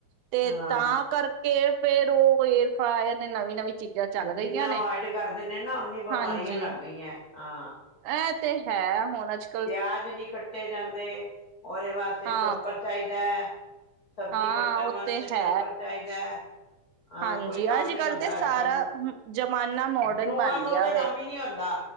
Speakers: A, on the right; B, on the left.
A: ਤੇ
B: ਹਾਂ
A: ਤਾਂ ਕਰਕੇ ਫਿਰ ਉਹ ਏਰ ਫਾ ਨੇ ਨਵੀਂ ਨਵੀਂ ਚੀਜ਼ਾਂ ਚੱਲ
B: ਜਿੰਨਾ
A: ਰਹੀਆਂ ਨੇ
B: ਅਵਾਇਡ ਕਰਦੇ ਨੇ ਨਾ ਉਨੀਆ ਬਿਮਾਰੀਆਂ
A: ਹਾਂਜੀ
B: ਲੱਗ ਗਈਆਂ ਹਾਂ
A: ਇਹ ਤੇ ਹੈ ਹੋਣਾ ਚੈ ਕੁਝ ਨਹੀ
B: ਪਿਆਜ ਨਹੀਂ ਕੱਟੇ ਜਾਂਦੇ ਉਹਦੇ ਵਾਸਤੇ
A: ਹਾਂ
B: ਚੋਪੜ ਚਾਹੀਦਾ ਹੈ ਸਬਜ਼ੀ
A: ਹਾਂ
B: ਕੱਟਣ
A: ਉਹ
B: ਵਾਸਤੇ
A: ਤੇ
B: ਚੋਪੜ
A: ਹੈ
B: ਚਾਹੀਦਾ ਹੈ ਹਾਂ
A: ਹਾਂਜੀ
B: ਕੋਈ ਕੰਮ
A: ਅੱਜ
B: ਨੀ
A: ਕੱਲ
B: ਹੁੰਦਾ
A: ਤੇ ਸਾਰਾ
B: ਅੱਜ ਕੱਲ
A: ਮ- ਜ਼ਮਾਨਾ ਮੋਡਰਨ
B: ਨੂੰਹਾਂ
A: ਬਣ
B: ਕੋਲ
A: ਗਿਆ
B: ਤਾਂ
A: ਵੇ
B: ਕੰਮ ਹੀ ਨਹੀਂ ਹੁੰਦਾ